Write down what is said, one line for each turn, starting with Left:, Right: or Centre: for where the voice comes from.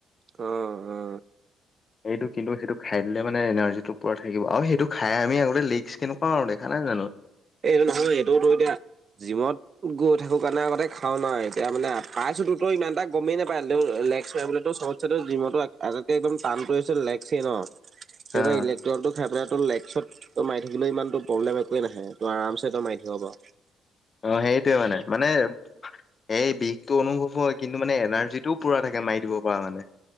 Right: অ, অ,
Left: এইটো কিন্তু সেইটো খাই দিলে মানে এনাৰ্জি টো পুৰা থাকিব আৰু সেইটো খাই আমি আগতে লিক্স- কেনেকুৱা আৰু দেখা নাই জানো?
Right: এ এইটো নহয় এইটোতো এতিয়া জিমত- গৈ থাকো কাৰণে আগতে খাও না এতিয়া মানে পাইছোটো ত ইমানটা গমেই নাপায় লেও লেগচ কৰিবলেটো চ - টো জিমতো আগতকে একদম টানটোৱে হৈছে লেগচ এ ন।
Left: হা
Right: সিহঁতে ইলেক্ট্ৰটো খাই পেলাইটো লেকচত মাৰি থাকিলো ইমানটো প্ৰব্লেম একোৱেই নাহে, এইটো আৰামচ- এইটো মাৰি থাকিব পাৰ।
Left: অ সেইটোৱে মানে, মানে- এই বিষটো অনুভৱ হয় কিন্তু মানে এনাৰ্জিটো পুৰা থাকে মাৰি দিব পৰা মানে।